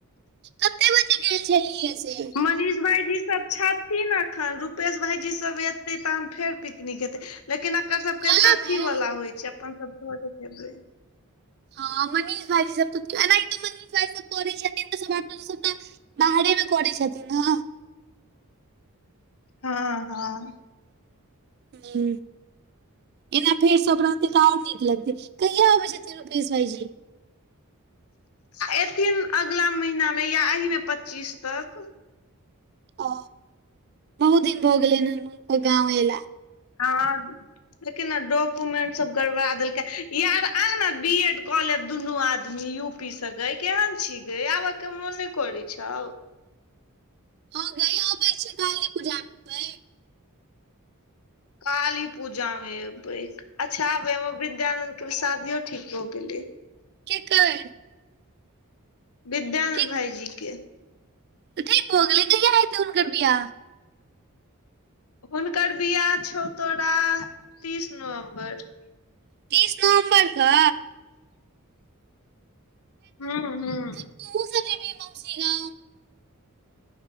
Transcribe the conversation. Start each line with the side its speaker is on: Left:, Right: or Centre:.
Right: कते बजे गेल छलियै से
Left: मनीष भाइ जी सब छथिन एखन रूपेश भाईजी सब एतै तहन फेर पिकनिक हेतै लेकिन एकर सबके
Right: कॉलेज
Left: तऽ अथी
Right: मे
Left: वाला होइ छै अपन सब के भजैते अबेड़
Right: हँ मनीष भाइजी सब एनाहिंतौ मनीष भाइजी सब करै छथिन त सबटा बाहरेमे करै छथिन हॅं
Left: हँ हाँ
Right: हूं एना फेर सब रहतै तऽ आओर नीक लगतै कहिया अबै छथिन रूपेश भाईजी
Left: आ एथिन अगिला महिनामे या एहिमे पच्चीस तक
Right: ओ बहुत दिन भऽ गेलै उनको गाँंव एला
Left: हाँ देखेकि ने डॉक्युमेंट सब गड़बा देलकै यार आने बी एड कऽ लेब दुनू आदमी युप- पीस गऽ केहन छींगे आब के मोन नहि करै छौ
Right: हँ गय अबै छी काली पूजा मे बै
Left: काली पूजा मे एबै अच्छा आबेर विद्यानंद के शादियो ठीक हो गेले
Right: केकर
Left: विद्यानंद
Right: के
Left: भाईजी के
Right: ठीक भोगले कहिय हैत उनकर बिआह
Left: हुनकर बिआाह छौ तोरा तीस नवम्बर
Right: तीस नवम्बरके
Left: हुँ हुँ
Right: तुहुँ सब जेब हिन् मौसी गाँंव